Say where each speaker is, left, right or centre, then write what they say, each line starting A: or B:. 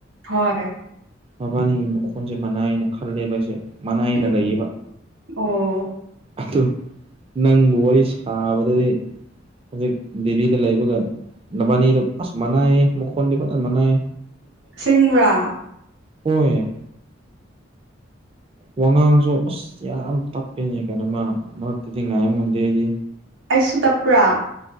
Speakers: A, on the right; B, on the right.
A: ꯍꯣꯏ
B: ꯃꯕꯥꯟꯅꯤꯒꯤ ꯃꯈꯣꯟꯁꯦ ꯃꯥꯟꯅꯩꯌꯦꯅ ꯈꯜꯂꯦꯕ ꯑꯩꯁꯦ ꯃꯥꯟꯅꯩꯅ
A: ꯎꯝ
B: ꯂꯩꯌꯦꯕ
A: ꯑꯣ
B: ꯑꯗꯨ ꯅꯪꯕꯨ ꯋꯥꯔꯤ ꯁꯥꯕꯗꯗꯤ ꯍꯧꯖꯤꯛ ꯗꯤꯜꯂꯤꯗ ꯂꯩꯕꯒ ꯅꯕꯥꯟꯅꯤꯗꯣ ꯑꯁ ꯃꯥꯟꯅꯩꯌꯦ ꯃꯈꯣꯟꯗꯤ ꯐꯖ ꯃꯥꯟꯅꯩ
A: ꯑꯁꯦꯡꯕꯔꯥ
B: ꯍꯣꯏ ꯋꯥꯉꯥꯡꯁꯨ ꯑꯁ ꯌꯥꯝ ꯇꯞꯄꯦꯅꯦ ꯀꯩꯅꯣ ꯃꯥ ꯃꯔꯛꯇꯗꯤ ꯉꯥꯏꯕ ꯉꯝꯗꯦ ꯑꯩꯗꯤ
A: ꯑꯩꯁꯨ ꯇꯞꯄ꯭ꯔꯥ